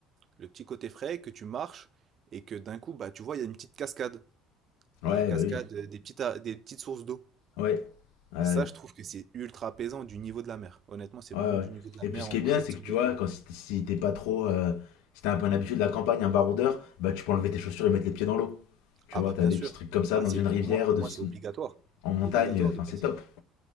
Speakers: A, on the right; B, on the left.
A: le petit côté frais, que tu marches et que d'un coup, bah, tu vois, il y a une petite cascade.
B: ouais,
A: Et cascade,
B: bah oui.
A: euh, des petites, a- des petites sources d'eau.
B: Ouais, ouais.
A: Et ça, je trouve que c'est ultra apaisant du niveau de la mer. Honnêtement, c'est
B: Ouais,
A: vraiment
B: ouais.
A: du niveau de la
B: Et
A: mer
B: puis ce qui
A: en
B: est
A: coucher
B: bien, c'est
A: de soleil.
B: que tu vois, quand si t'es si t'es pas trop. euh, si t'as un peu un habitué de la campagne, un baroudeur, bah tu peux enlever tes chaussures et mettre les pieds dans l'eau. Tu
A: Ah
B: vois,
A: bah
B: t'as
A: bien
B: des
A: sûr.
B: petits trucs comme ça
A: Bah
B: dans
A: c'est
B: une rivière,
A: pour moi, pour
B: de,
A: moi, c'est obligatoire.
B: en montagne,
A: Obligatoire de
B: enfin
A: faire
B: c'est
A: ça.
B: top.